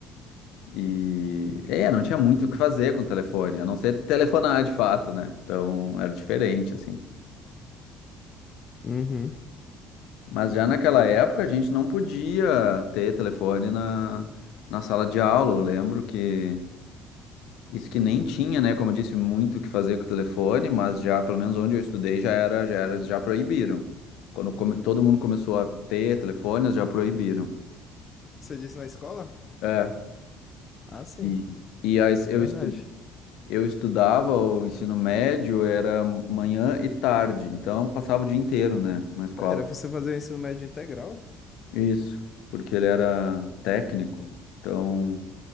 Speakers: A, on the left; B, on the left.
A: E é, não tinha muito o que fazer com o telefone, a não ser telefonar de fato, né? Então era diferente, assim.
B: Uhum.
A: Mas já naquela época a gente não podia ter telefone na, na sala de aula. Eu lembro que isso que nem tinha, né? Como eu disse, muito o que fazer com o telefone, mas já, pelo menos onde eu estudei, já era, já era, já proibiram. Quando come- todo mundo começou a ter telefones, já proibiram.
B: Você disse na escola?
A: É.
B: Ah, sim.
A: E, e aí
B: Verdade.
A: eu estudei. Eu estudava o ensino médio, era manhã e tarde, então passava o dia inteiro, né, na escola.
B: Pera, você fazia o ensino médio integral?
A: Isso, porque ele era técnico, então